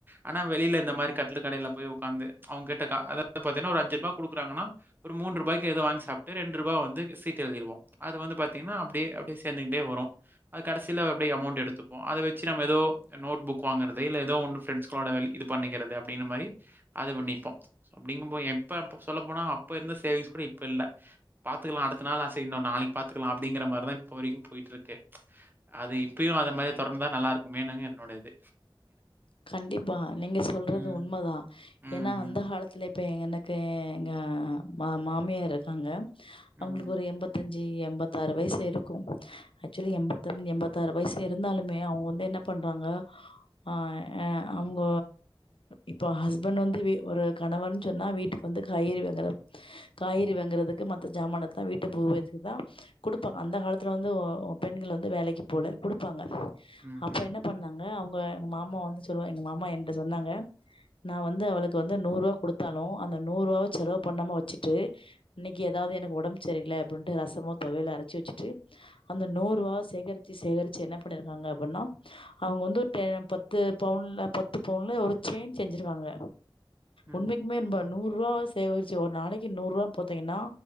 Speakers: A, on the right; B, on the left.
A: ஆனா வெளியில இந்த மாரி கட்லுகடயில போய் உக்காந்து அவங்க கிட்ட கா அதாவது பாத்தீன்னா ஒரு அஞ்சு ரூபா குடுக்குறாங்கன்னா ஒரு மூன்றுரூபாய்க்கி எதாது வாங்கி சாப்ட்டு ரெண்டு ரூபா வந்து சீட்டு எழுதிருவோ அது வந்து பாத்தீங்கன்னா அப்டியே அப்டியே சேந்துக்கிட்டே வரு அது கடைசில அப்டி அமௌண்ட் எடுத்துபோ அத வச்சு நம்மதோ நோட் புக் வாங்கறத இல்ல ஏதோ ஒரு ஃப்ரெண்ட்ஷ் கோட வெளி இது பண்ணிக்கிறது அப்டின்ன மாரி அதுல நிப்போ சோ அப்டிங்கும் போது எப்ப அப்ப சொல்லப் போனா அப்ப இருந்த சேவிங்ஸ் கூட இப்ப இல்ல பாத்துக்கலாம் அடுத்த நாள் அசை செய்ய இன்னும் நாளைக்கி பாத்துக்கலாம் அப்படிங்கிற மாரிதா இப்ப வரைக்கு போயிட்டு இருக்கு அது இப்பயும் அத மாரி தொடர்ந்தா நல்லா இருக்கு மேணு என்னோடையது
B: கண்டிப்பா நீங்க சொல்றது
A: ம்.
B: உண்மதா
A: ம்.
B: ஏன்னா அந்த காலத் ந்த இப்ப எனக்கு எங்க மா மாமியார் இருக்காங்க
A: ம்.
B: அவங்களுக்கு ஒரு எண்பத் தஞ்சு எண்பத்தாறு வயசு இருக்கும் ஆக்சுவலி எண்பத்தஞ எண்பத்தாறு வயசு இருந்தாலுமே அவங்க வந்து என்ன பண்றாங்க ஆ அவங்க இப்போ ஹஸ்பண்ட் வந்து வீ ஒரு கணவன் சொன்னா வீட்டுக் வந்து காய்றி வாங்குற காய்கறி வாங்குறதுக்கு மத்த சாமான தா வீட்டு பூ வக்குதான் குடுப்பாங்க அந்த காலத்துல வந்து ஓ பெண்கள் வந்து வேலைக்கு போல குடுப்பாங்க
A: ம்ஹ்ம்.
B: அப்ப என்ன பண்ணாங்க அவங்க எங்க மாமா வந்து சொல்லுவா எங்க மாமா என்ட சொன்னாங்க நா வந்து அவளுக்கு வந்து நூறு குடுத்தாலும் அந்த நூறு ரூபாவ செலவு பண்ணாம வச்சுட்டு இன்னைக்கி ஏதாது எனக்கு ஒடம்பு சரியல அப்டின்ட்டு ரசமும் தொவயது அரைச்சு வச்சிட்டு அந்த நூறு ரூபா சேகரிச்சு சேகரிச்சு என்ன பண்ணிருக்காங்க அப்புன்னா அவங்க வந்து டே பத்து பவுன்ல பத்து பவுன்ல ஒரு செயின் செஞ்சிருக்காங்க
A: ம்.
B: உண்மைக்குமே நூறு ரூவா சேகரிச்சு ஒரு நாளைக்கு நூறு ரூவா போட்டீங்கன்னா